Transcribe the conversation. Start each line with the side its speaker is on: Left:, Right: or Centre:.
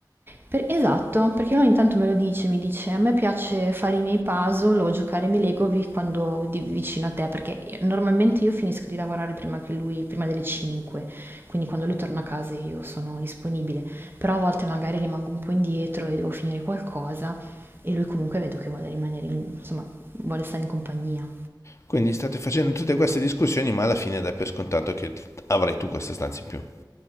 Right: Per- esatto, perché lui ogni tanto me lo dice, mi dice, a me piace fare i miei puzzle o giocare ai miei Lego vi- quando di- vicino a te, perché io- normalmente io finisco di lavorare prima che lui, prima delle 5, quindi quando lui torna a casa io sono disponibile, però a volte magari rimango un po' indietro e devo finire qualcosa e lui comunque vedo che vuole rimanere, in- insomma, vuole stare in compagnia.
Left: Quindi state facendo tutte queste discussioni, ma alla fine dai per scontato che avrai tu questa stanza in più.